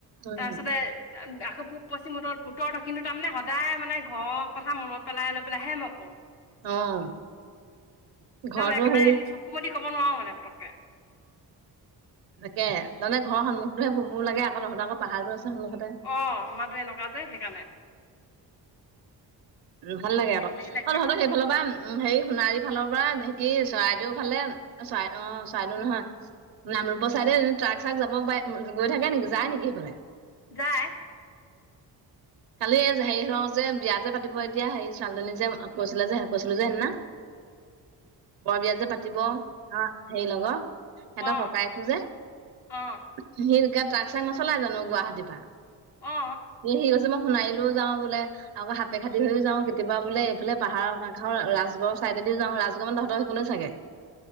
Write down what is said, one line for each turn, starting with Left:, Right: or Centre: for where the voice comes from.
Right: উম।
Left: তাৰপিছতে ত আকৌ পূব পশ্চিম উত্তৰ দক্ষিণটো তাৰমানে সদায় মানে ঘৰ কথা মনত পেলাই লৈ পেলাইহে মই কওঁঁ
Right: অ', ঘৰতো
Left: একদম একেবাৰে
Right: হেৰি
Left: চকু মদি কব নোৱাৰো মানে পতককে
Right: তাকে তানে ঘৰ সন্মুখটোৱে পূব পূব লাগে আকৌ তহঁত আকৌ পাহাৰতো আছে সন্মুখতে।
Left: অ', আমাৰটো এনেকুৱা যে সেইকাৰণে
Right: উ ভাল লাগে
Left: খেলি
Right: আকৌ
Left: মেলি লাগিয়ে
Right: অ', তহতৰ
Left: থাকে
Right: সেইফালৰ পৰা উম হেৰি সোণাৰী ফালৰ পৰা নেকি চৰাইদেউ ফালে চৰাইদেউ অ', চৰাইদেউ নহয় নামৰূপৰ ছাইডে ট্ৰাক চ্ৰাকাব পাৰে গৈ থাকে নেকি যায় নেকি সেইফালে
Left: যায়
Right: খালি হেৰি হওঁ যে বিয়া যে পাতিব এতিয়া হেৰি ছোৱালীজনী যে কৈছিলা যে কৈছিলো যে সেইদিনা বৰ বিয়া যে পাতিব অ', হেৰি লগত সিহঁতৰ
Left: অ
Right: ককায়েকটো যে
Left: অ
Right: সি ট্ৰাক চাক নচলাই জানো গুৱাহাটীৰ পৰা সি
Left: অ
Right: সি গৈছে ন সোনাৰিলেও যাওঁ বোলে আকৌ খাপে খাপেখাটি হৈ যাওঁ কেতিয়াবা বোলে এইফালে পাহাৰৰ কাৰ ৰাজগড়ৰ ছাইডেদি যাওঁ ৰাজগড় মানে তহতৰ সেইফালে চাগে <unintelligible>